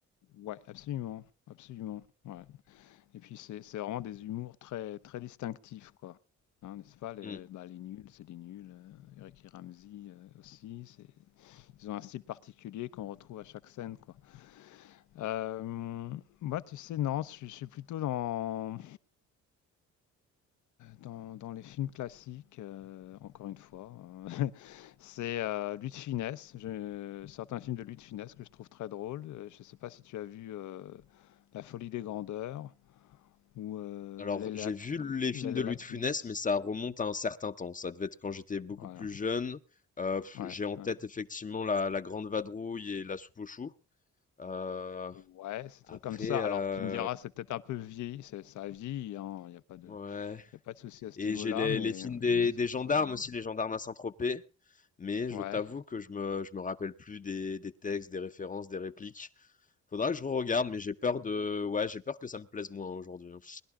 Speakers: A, on the left; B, on the left.
A: ouais, absolument, absolument, ouais. Et puis c'est c'est vraiment des humours très très distinctifs quoi, hein, n'est-ce pas? Les,
B: Mm,
A: bah, les nuls, c'est des nuls. euh, Eric et Ramzy euh, aussi, c'est- ils ont un style particulier qu'on retrouve à chaque scène quoi.
B: mm.
A: Euh, moi, tu sais, non, je, suis je suis plutôt dans, dans dans les films classiques. euh, encore une fois, hein. <laughs> c'est euh, Louis de Funès. Je- certains films de Louis de Funès que je trouve très drôles. Euh, Je ne sais pas si tu as vu euh, La Folie des Grandeurs ou euh,
B: Alors,
A: L'aile
B: j'ai
A: à
B: vu
A: cu-
B: les
A: L'aile
B: films de
A: à
B: Louis
A: la cuisse.
B: de Funès, mais ça remonte à un certain temps. Ça devait être quand j'étais beaucoup
A: Voilà.
B: plus jeune. Euh, pff,
A: Ouais,
B: j'ai en tête
A: ouais.
B: effectivement la, la Grande Vadrouille et la Soupe aux Choux. Euh,
A: Ouais, ces trucs
B: après,
A: comme ça.
B: euh,
A: Alors, tu me diras, c'est peut-être un peu vieilli, c'est- ça a vieilli, hein. Il n'y a pas de,
B: ouais.
A: il y a pas de souci à ce
B: Et
A: niveau-là,
B: j'ai les,
A: mais
B: les films
A: il
B: des,
A: y en a qui
B: des gendarmes
A: sont- dans
B: aussi,
A: le-
B: les gendarmes à Saint-Tropez. Mais je
A: Ouais,
B: t'avoue que je me, je me rappelle plus des, des textes, des références, des répliques. Faudra que je re-regarde, mais j'ai peur de, ouais, j'ai peur que ça me plaise moins aujourd'hui. hein.